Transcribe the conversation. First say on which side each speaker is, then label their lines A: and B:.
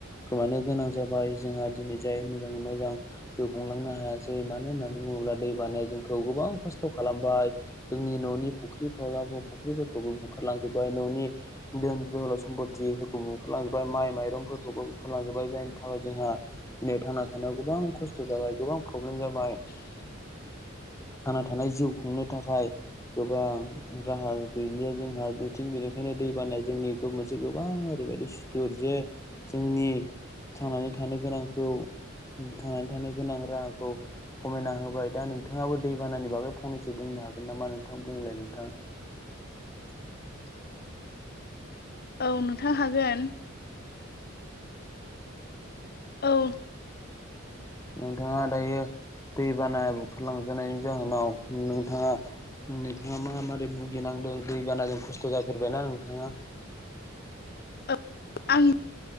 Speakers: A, on the left; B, on the left.
A: खोमानो गोनां जाबाय। जोंहा दिनै जाय मोजाङै मोजां जिउ खुंलांनो हायासै मानो होननानै बुंङोब्ला दै बानाया जोंखौ गोबां खस्थ' खालामबाय जोंनि न'नि फुख्रि <unintelligible> फुख्रिफोरखौबो बुखारलांजोब न'नि दोन जोल' सम्फथिफोरखौबो बुखारलांजोबबाय माइ माइरंफोरखौबो बुखारलांजोबबाय जायनि थाखाय जोंहा थांना दिनै थानायाव गोबां खस्थ' जाबाय गोबां प्रब्लेम जाबाय।
B: <inaudible>
A: थांना थानाय जिउ खुंनो थाखाय गोबां राहा गैलिया जोंहा बिथिं बेनिखायनो दै बानाया जोंनि मोनसे गोबां ओरैबायदि सुथुर जे जोंनि थांनानै थानो गोनांखौ थांनानै थानो गोनां राहाखौ खमायना होबाय दा नोंथाङाबो दैबानानि बागै फंनैसो बुंनो हागोन नामा नोंथां बुंलाय नोंथाङा।
B: <inaudible> औ नोंथां हागोन। औ।
A: नोंथाङा दायो दैबाना बुखारलांजानायनि जाहोनाव नोंथाङा नोंथाङा मा मारै भुगिनांदों दैबानाजों खस्थ' जाफेरबायना नोंथाङा?
B: औ। आं